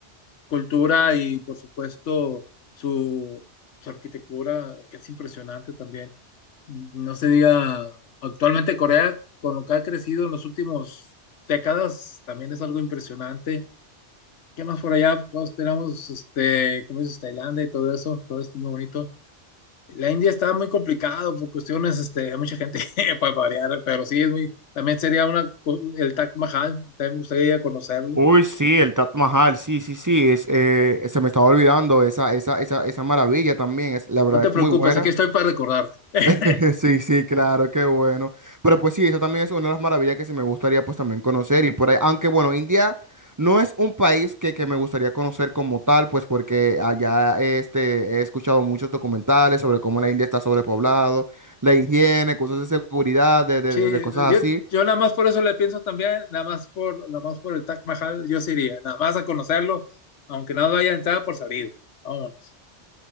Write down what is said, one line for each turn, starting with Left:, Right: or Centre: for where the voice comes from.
Left: cultura y por supuesto su, su arquitectura, que es impresionante también. No se diga, actualmente Corea, con lo que ha crecido en los últimos décadas, también es algo impresionante. ¿Qué más por allá? Pues tenemos, este, como dices, Tailandia y todo eso, todo esto muy bonito. La India está muy complicado por cuestiones, este, hay mucha gente <laughs> para variar, pero sí, es muy, también sería una, el Taj Mahal, también me gustaría conocerlo.
Right: Uy, sí, el Taj Mahal, sí, sí, sí, es, eh, se me estaba olvidando esa, esa, esa, esa maravilla también, es, la verdad
Left: No te
Right: es
Left: preocupes,
Right: muy buena.
Left: aquí estoy para recordarte. <laughs>
Right: <laughs> Sí, sí, claro, qué bueno. Pero pues sí, esa también es una de las maravillas que sí me gustaría pues también conocer y por ahí, aunque bueno, India no es un país que, que me gustaría conocer como tal, pues porque allá este, he escuchado muchos documentales sobre cómo la India está sobrepoblado, la higiene, cosas de seguridad, de, de
Left: Sí,
Right: de cosas
Left: yo,
Right: así.
Left: yo nada más por eso le pienso también, nada más por, nada más por el Taj Mahal, yo sí iría, nada más a conocerlo, aunque no haya entrada por salida. Vámonos.